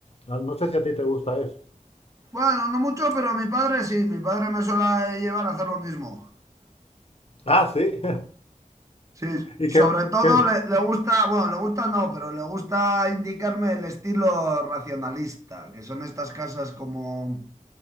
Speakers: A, on the left (about 45°); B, on the right (about 20°).
A: Ah, No sé si a ti te gusta eso.
B: Bueno, no mucho, pero mi padre sí, mi padre me suele llevar a hacer lo mismo.
A: Ah, sí. <laughs>
B: Sí,
A: Y
B: sobre
A: que,
B: todo
A: que-
B: le, le gusta, bueno, le gusta no, pero le gusta indicarme el estilo racionalista, que son estas casas como